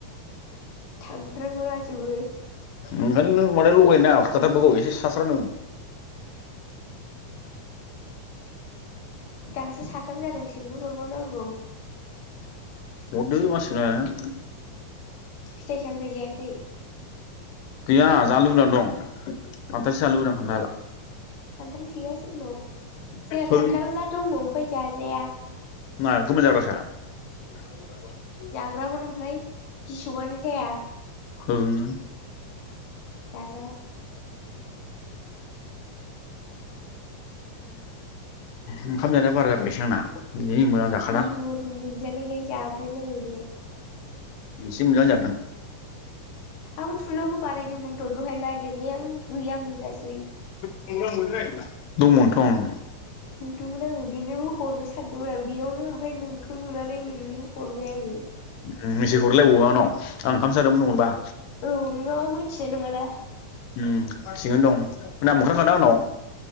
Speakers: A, on the left (about 65°); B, on the left (about 85°).
A: थां फोरा गुलाजोबो
B: ओंखायनो लोंबानो लगायनो नाङा खोथाफोरखौ एसे स्रा स्रा लों
A: दासो साथाम जादोंस बिनो हरबावनांगौ
B: हरदो मानसिखौ नायनानै
A: फिथाइ सामथाइ जायाखै
B: गैया जानो लुबैना दं खान्थालसो जानो लुबैदां खान्थाल
A: खान्थाल गैया जोंनाव जोंहा
B: है
A: खान्थाला दङ ओमफाय जाजाया
B: मा गोमोन जाग्रासो <unintelligible>
A: ग्रामोन ओमफ्राय बिसबआनो जाया
B: हो नों
A: जाज
B: <unintelligible> <unintelligible> ओंखाम जानाया बारा जाबाय एसे आंना जि मोजां जाखादां
A: बेदर मोनजानायखाय जाब्रेलायबाय बे
B: से मोजां जादों
A: आबो थुनोबो बानायदोंमोनथ' दहाय नागिर बाय आं गैया मोनासै
B: <unintelligible> दंमोनथ'
A: नुदोंमोन आङो बिनौ हरनो सानदोंमोन आं बेयावनो ओमफाय नोंखौ नुनानै नोंनो हरबाय आङो
B: उम मिसे हरलायबावो आंनाव आं ओंखामसो जादोंमोन नों हरबा
A: औ नोङाबा मोन थिनाय नङा ना
B: उम थिगैनो दं नाम ओंखारखादों आंनाव